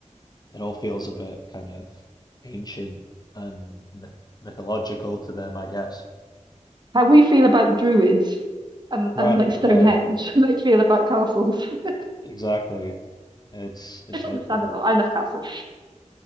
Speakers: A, on the left; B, on the right.
A: it all feels a bit kind of ancient and myth mythological to them, I guess.
B: How we feel about druids and,
A: Right,
B: and like Stonehenge,
A: yeah,
B: <laughs> they feel about castles. <laughs>
A: exactly. It's it's
B: It's
A: like
B: understandable.
A: that.
B: I love castles.